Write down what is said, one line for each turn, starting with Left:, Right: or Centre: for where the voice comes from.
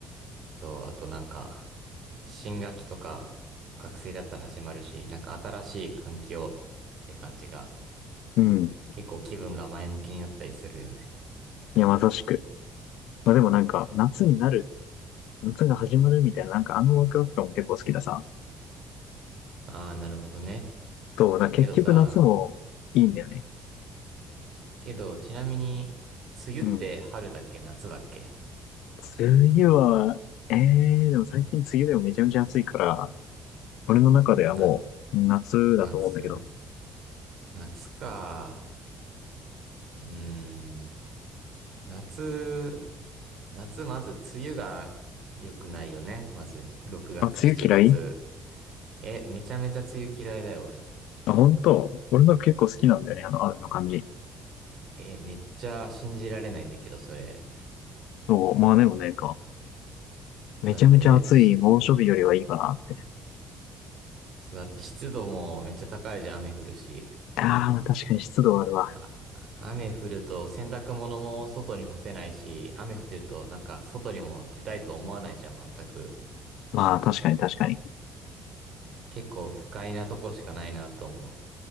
Right: そう、あとなんか、新学期とか、学生だったら始まるし、なんか新しい環境って感じが、
Left: うん。
Right: 結構気分が前向きになったりするよね。
Left: いや、まさしく。まあでもなんか、夏になる、夏が始まるみたいな、なんかあのワクワク感も結構好きださ。
Right: ああ、なるほどね。
Left: そう、だから結局夏もいいんだよね。
Right: けどさ、けど、ちなみに、梅雨って春だっけ夏だっけ
Left: うん。梅雨は、えー、でも最近梅雨でもめちゃめちゃ暑いから、俺の中ではもう夏だと思うんだけど。
Right: な、夏夏か。うーん。夏、夏まず梅雨が良くないよね。まず、6月、
Left: あ、梅雨嫌い
Right: 7月。え、めちゃめちゃ梅雨嫌いだよ、俺。
Left: あ、本当。俺の結構好きなんだよね、あの、雨の感じ。
Right: え、めっちゃ信じられないんだけど、それ。
Left: そう、まあでもね、か、めちゃめちゃ暑い猛暑日よりはいいかなって。
Right: だって、し、そうだって湿度もめっちゃ高いじゃん、雨降るし。
Left: ああ、確かに湿度はあるわ。
Right: あ、雨降ると洗濯物も外に干せないし、雨降ってるとなんか外にも出たいと思わないじゃん、全く。
Left: まあ、確かに確かに。
Right: 結構不快なとこしかないなと思う。